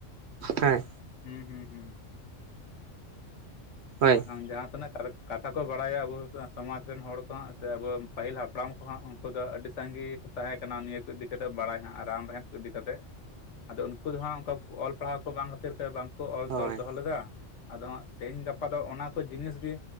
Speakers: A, on the right; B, on the left.
A: ᱦᱮᱸ
B: ᱦᱩᱸ ᱦᱩᱸ ᱦᱩᱸ
A: ᱦᱳᱭ
B: ᱵᱟᱠᱷᱟᱱ ᱡᱟᱦᱟᱸ ᱛᱤᱱᱟᱹᱜ ᱠᱟᱛᱷᱟ ᱠᱚ ᱵᱟᱲᱟᱭᱟ ᱟᱵᱚ ᱟ ᱥᱚᱢᱟᱡᱽ ᱨᱮᱱ ᱦᱚᱲ ᱠᱚᱦᱟᱸᱜ ᱥᱮ ᱟᱵᱚ ᱯᱟᱹᱦᱤᱞ ᱦᱟᱯᱲᱟᱢ ᱠᱚᱦᱟᱸᱜ ᱩᱱᱠᱩ ᱫᱚ ᱟᱹᱰᱤ ᱥᱟᱸᱜᱤ ᱠᱩ ᱛᱟᱦᱮᱸ ᱠᱟᱱᱟ ᱱᱤᱭᱟᱹ ᱠᱚ ᱤᱫᱤ ᱪᱮᱛᱚᱜ ᱵᱟᱲᱟᱭ ᱦᱟᱸᱜ ᱨᱟᱱ ᱨᱮᱦᱮᱫ ᱤᱫᱤ ᱠᱟᱛᱮᱜ ᱟᱫᱚ ᱩᱱᱠᱩ ᱫᱚ ᱦᱟᱸᱜ ᱚᱝᱠᱟ ᱚᱞ ᱯᱟᱲᱦᱟᱣ ᱠᱚ ᱵᱟᱝ ᱠᱷᱟᱹᱛᱤᱨ ᱛᱮ ᱵᱟᱝ ᱠᱚ ᱚᱞ
A: ᱦᱳᱭ
B: ᱛᱚᱞ ᱫᱚᱦᱚ ᱞᱮᱫᱟ ᱟᱫᱚ ᱦᱟᱸᱜ ᱛᱮᱦᱮᱧ ᱜᱟᱯᱟ ᱫᱚ ᱚᱱᱟ ᱠᱚ ᱡᱤᱱᱤᱥ ᱜᱤ